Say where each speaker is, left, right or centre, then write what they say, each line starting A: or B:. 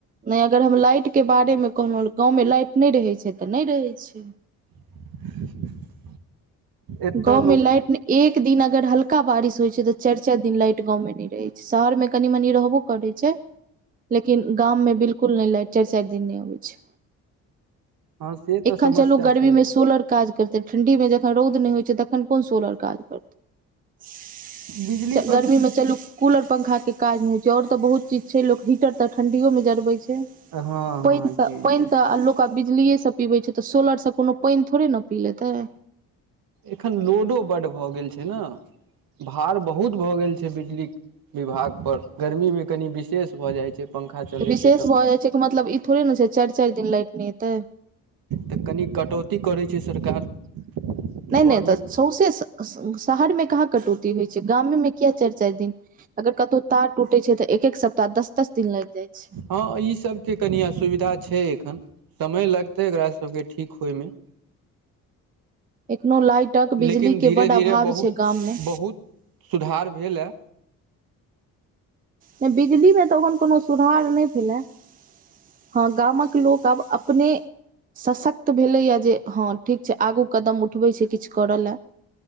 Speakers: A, on the right; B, on the right.
A: नहि अगर हम लाइटके बारेमे कहलहुँ गाँवमे लाइट नहि रहैत छै तऽ नहि रहैत छै
B: <unintelligible> एतय
A: गाँव
B: लोक
A: मे लाइट एक दिन अगर हल्का बारिश होइ छै तऽ चार चार दिन लाइट गाँवमे नहि रहै छै शहर मे कनि मनी रहबो करै छै लेकिन गाम मे बिल्कुल नहि लाइट चार चार दिन नहि आबै छै
B: हँ से तऽ
A: एखन
B: समस्या
A: चलू गर्मी
B: छै
A: मे सोलर काज करतै ठण्ढीमे जखन रौद नहि होइ छै तखन कोन सोलर काज करतै
B: बिजली पर
A: गर्मी मे चलू कूलर पंखा के काज नहि होइ छै ओर तऽ बहुत चीज छै लोक हीटर तऽ ठं्डियो मे जरबै छै
B: हँ
A: पैन
B: हँ
A: त
B: जी
A: पैन
B: जी
A: त लोक त बिजलीए से पीबै छै तऽ सोलर से कोनो पैन थोड़े न पी लेतै
B: एखन लोडो बड्ड भऽ गेल छै ने भार बहुत भऽ गेल छै बिजली विभाग पर गर्मी मे कनि विशेष भऽ जाइ छै पंखा चलै
A: तऽ विशेष
B: छै
A: भऽ जाइ छै कि मतलब ई थोड़े ने छै चार चार दिन लाइट नहि एतै
B: तऽ कनि कटौती करै छै सरकार
A: नै
B: गवर्मेंट
A: न एते सौंसे शहरमे कहाँ कटौती होइ छै गामे किया चार चार दिन अगर कतौ तार टूटे छै तऽ एक एक सप्ताह दस दस दिन लाग जाय छै
B: हँ ई सब के कनि असुविधा छै एखन समय लगते एकरा सबके ठीक होय मे
A: एखनो लाइटक बिजलीके
B: लेकिन धीरे
A: बड्ड अभाव
B: धीरे बहुत
A: छै गाममे
B: बहुत सुधार भेल हए
A: नहि बिजलीमे तऽ एखन कोनो सुधार नहि भेलै हँ गामक लोक आब अपने सशक्त भेलैए जे हँ ठीक छै आगू कदम उठबैत छै किछु करय लेल